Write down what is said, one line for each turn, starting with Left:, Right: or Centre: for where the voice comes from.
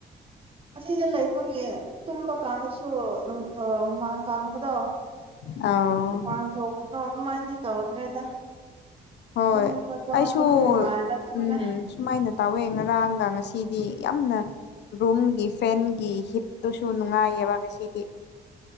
Right: ꯑꯁꯤꯗ ꯂꯩꯕꯒꯤ ꯇꯨꯝꯕ ꯀꯥꯟꯗꯁꯨ ꯑꯗꯨꯝ ꯑ ꯍꯨꯃꯥꯡ ꯀꯥꯡꯕꯗꯣ
Left: ꯑꯥꯎ
Right: ꯍꯨꯃꯥꯡ ꯊꯣꯛꯄꯗꯣ ꯑꯗꯨꯃꯥꯏꯅꯗꯤ ꯇꯧꯗ꯭ꯔꯦꯗ
Left: ꯍꯣꯏ
Right: ꯇꯨꯝꯕꯗꯣ
Left: ꯑꯩꯁꯨ
Right: ꯗꯨꯝ ꯅꯨꯡꯉꯥꯏꯅ ꯇꯨꯝꯃꯦ
Left: ꯎꯝ ꯁꯨꯃꯥꯏꯅ ꯇꯧꯋꯦ ꯉꯔꯥꯡꯒ ꯉꯁꯤꯗꯤ ꯌꯥꯝꯅ ꯔꯨꯝꯒꯤ ꯐꯦꯟꯒꯤ ꯍꯤꯠꯇꯨꯁꯨ ꯅꯨꯡꯉꯥꯏꯌꯦꯕ ꯉꯁꯤꯗꯤ